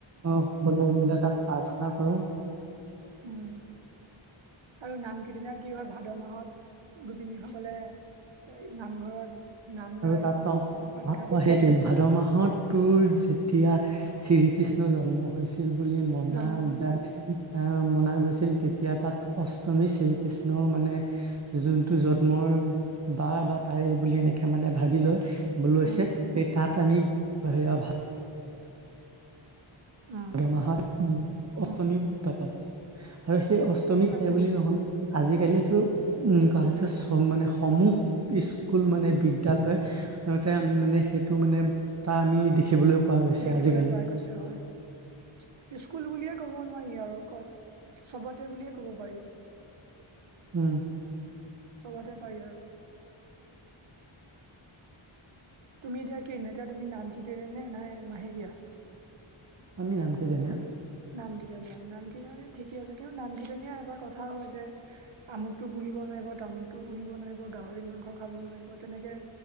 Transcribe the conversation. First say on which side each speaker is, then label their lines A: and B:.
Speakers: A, on the right (about 35°); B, on the right (about 65°).
A: অ' <unintelligible> দিলে তাত প্ৰাৰ্থনা কৰোঁ।
B: উম। আৰু নাম-কীৰ্তনত কি হয়, ভাদ মাহত গোপিনীসকলে এ- নামঘৰত নাম
A: আৰু
B: গায়
A: তাৰপিছত-
B: প্ৰসাদ
A: অ'-
B: খায়
A: সেইটোৱে। ভাদ মাহ ত তোৰ যেতিয়া শ্ৰীকৃষ্ণ জন্ম হৈছি ল বুলি মনা
B: জন্ম হৈছিল
A: যায় অ' মনা গৈছিল, তেতিয়া তাত অষ্টমী শ্ৰীকৃষ্ণৰ মানে যোনটো জন্মৰ বাৰ বা তাৰে বুলি এনে কে মানে ভাবি লৈ, লৈছে।
B: উম
A: সেই তাত আমি সেয়া ভা
B: উম
A: দ মাহত অষ্টমী
B: উম
A: পাতে। আৰু সেই অষ্ট মীক
B: তাতে
A: তেওঁ বুলি নহয়। আজিকালিতো উম, কোৱা হৈছে চ- মানে সমূহ স্কুল, মানে বিদ্যালয়, তে আমি মানে সেইটো মানে পতা আমি দেখিবলৈ পোৱা গৈছে
B: দেখিবলৈ
A: আজিকালি
B: পোৱা গৈছে, হয়। স্কুল বুলিয়ে ক'ব নোৱাৰি আৰু ক', চবতে বুলিয়ে ক'ব পাৰি।
A: উম।
B: চবতে পাৰি আৰু। তুমি এতিয়া কি, এতিয়া তুমি নাম কীৰ্তনৰ নে না এ মাহেকীয়া?
A: আমি নামকীৰ্তনীয়া।
B: নামকীৰ্তনীয়া। নাম কীৰ্তনীয়া ঠিকে আছে। কিন্তু নাম কীৰ্তনীয়া এটা কথা হয় যে আমুকটো পুহিব নোৱাৰিব, তামুকটো পুহিব নোৱাৰিব, গাহৰি মাংস খাব নোৱাৰিব, তেনেকে